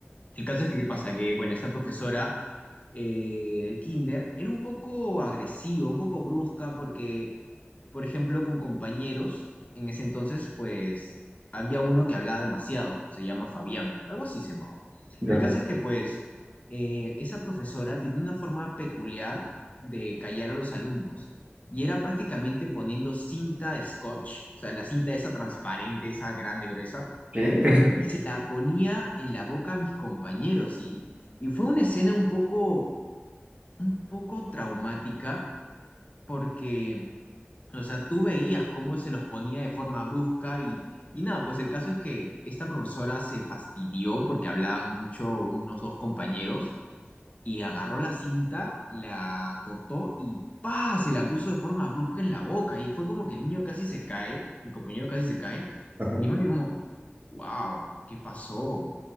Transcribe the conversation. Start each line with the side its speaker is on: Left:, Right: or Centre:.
Left: el caso es que, ¿qué pasa? Que, bueno, esta profesora eh, de Kinder era un poco agresiva, un poco brusca, porque por ejemplo, con compañeros, en ese entonces, pues había uno que hablaba demasiado, se llama Fabián, algo así se llamaba.
Right: ya.
Left: El caso es que, pues, eh, esa profesora tenía una forma peculiar de callar a los alumnos y era prácticamente poniendo cinta de scotch, o sea, la cinta esa transparente, esa grande, gruesa,
Right: ¿Qué?
Left: y se la ponía en la boca a mis compañeros y, y fue una escena un poco, un poco traumática porque o sea, tú veías cómo se los ponía de forma brusca y, y nada, pues el caso es que esta profesora se fastidió porque hablaban mucho unos dos compañeros y agarró la cinta, la cortó y ¡pa! se la puso de forma brusca en la boca y fue como que el niño casi se cae, mi compañero casi se cae
Right: Ajá,
Left: y me quedé como, wow, ¿qué pasó?